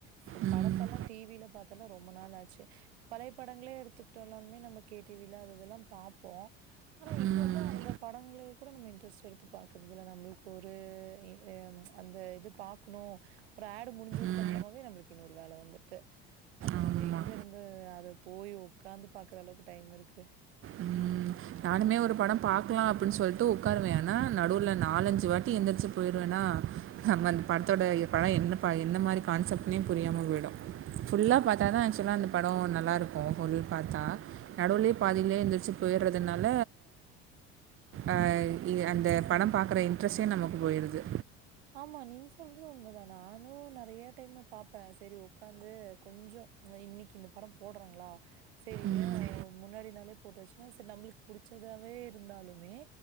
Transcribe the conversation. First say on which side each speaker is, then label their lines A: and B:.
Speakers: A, on the right (about 85°); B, on the right (about 40°).
A: பு
B: ம், ம்,
A: படத்தல்லா டி விலப் பாத்தல்லா ரொம்ப நாள் ஆச்சு பழையப் படங்ளே எடுத்துக்ட்டானாலுமே நம்ம கே டி வி ல அததுலாம் பாப்போ ஆனா இப்ப
B: ம்,
A: வந்து அந்தப் படங்ளேக் கூட நம்ம இன்ட்ரெஸ்ட் எடுத்து பாக்கறதுல்ல நம்புள்க்கு ஒரு அ அந்த இது பாக்ணு ஒரு ஆடு முடிஞ்சதுக்கு
B: ம்.
A: அப்றமாவே நம்ளுக்கு இன்னொரு வேல வந்துர்து அப்போ
B: ஆமா.
A: நம்ம எங்கருந்து அதப் போய் வுக்காந்து பாக்ற அளவுக்கு டைம் இருக்கு
B: ம், நானுமே ஒரு படம் பாக்லா அப்புன் சொல்ட்டு வுக்காருவே ஆனா நடுவுல நாலஞ்சு வாட்டி எந்திரிச்சுப் போயிருவேணா நம்ம அந்த படத்தோட படோ என்னப் ப எந்த மாரி கான்செப்ட்னே புரியாம போய்டு ஃபுல்லா பாத்தாதா ஆக்சுவலா அந்தப் படோ நல்லாருக்கு ஃபுல் பாத்தா நடுவுலியேப் பாதிலியே எந்திரிச்சுப் போயிர்றதனால அ இ அந்த படம் பாக்கற இன்ட்ரெஸ்ட்டே நமக்கு போயிருது
A: ஆமா நீங் சொல்றது வுண்மதா நானு நெறைய டைமு பாப்பே சேரி வுக்காந்து கொஞ்சோ ம் இன்னைக்கு இந்த படம் போடுறாங்களா சேரின்னு
B: ம்,
A: முன்னாடி நாளே போட்டு வச்சுன்னா சேர் நம்மளுக்கு புடிச்சதாவே இருந்தாலுமே